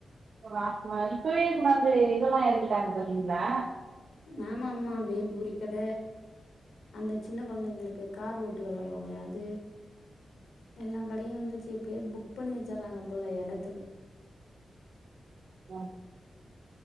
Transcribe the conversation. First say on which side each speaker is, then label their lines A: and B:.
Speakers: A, on the right; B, on the left.
A: ராட்னோ இப்பவே கொண்டாந்து இதெல்லா எறக்கிட்டாங்க பாத்தீங்களா
B: ஆமாமா பேல்பூரி கட அந்த சின்ன கொழந்தைங்களுக்கு கார் ஓட்டி வெளடுவாங்களே அது எல்லாங் கடயு வந்ருச்சு இப்பயே புக் பண்ணி வச்சுறாங்க போல எடத்துக்கு
A: ஆ